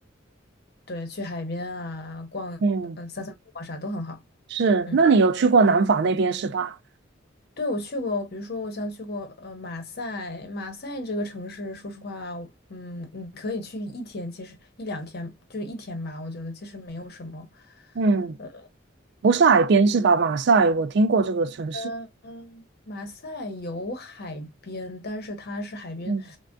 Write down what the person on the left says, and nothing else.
对，去海边啊，逛，
嗯、散散步啊，啥都很好。
嗯。
对，我去过，比如说我像去过呃马赛，马赛这个城市，说实话，嗯，你可以去一天，其实一两天就是一天吧，我觉得其实没有什么。
呃
嗯，嗯马赛有海边，但是它是海边，